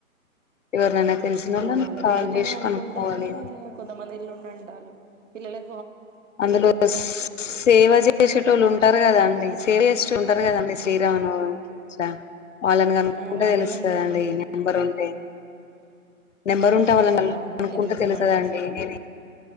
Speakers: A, on the left (about 60°); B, on the right (about 55°).
A: ఎవరినైనా తెలిసిన
B: చూడా
A: వాళ్ళని కాల్
B: రేపు పని
A: చేసి
B: అనుకుంటాన
A: కనుక్కోవాలి
B: కానీ కొంతమంది ల్లుండు అంటలు పిల్లలను
A: అందులో సేవ చేసేటోళ్ళు ఉంటారు కదా అండి సేవ చేసేటోళ్లు ఉంటారు కదండి
B: ఆ
A: శ్రీరామనవమి శ్రా వాళ్ళని క నుకుంటే
B: ఆ వాళ్ళేమంటాలు
A: తెలుస్తుదండి నెంబర్ ఉంటే నెంబర్ ఉంటా వాళ్ళ మళ్
B: అవును
A: కనుకుంటే
B: ఇది నిజమండి
A: తెలుస్తాద అండి
B: అసలు
A: నేను